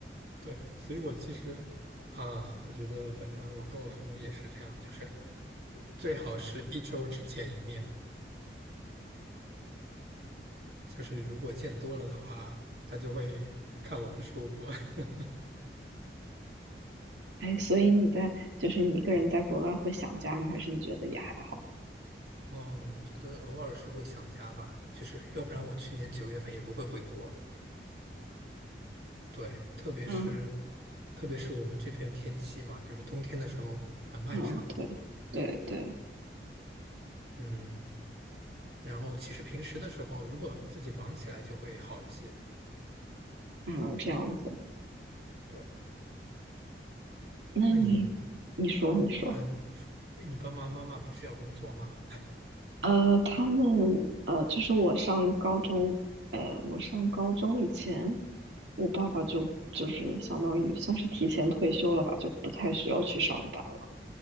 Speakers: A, on the right; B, on the right.
A: 对，所以我其实啊，我觉得反正我跟我父母也是这样，就是最好是一周只见一面，就是如果见多了的话，他就会看我不舒服。<laughs>
B: 哎，所以你在就是你一个人在国外会想家吗？还是你觉得也还好？
A: 嗯，我觉得偶尔是会想家吧，就是要不然我去年九月份也不会回国。对，特别是
B: 嗯
A: 特别是我们这边天气嘛，就是冬天的时候很漫长。
B: 嗯，对对对，
A: 嗯，然后其实平时的时候，如果自己忙起来就会好一些。
B: 嗯，这样子。
A: 对，
B: 那你你说你说。
A: 那你？嗯，你说，哎，你爸爸妈妈不需要工作吗？
B: 呃，他们呃，就是我上高中，呃，我上高中以前，我爸爸就就是相当于算是提前退休了吧，就不太需要去上班了。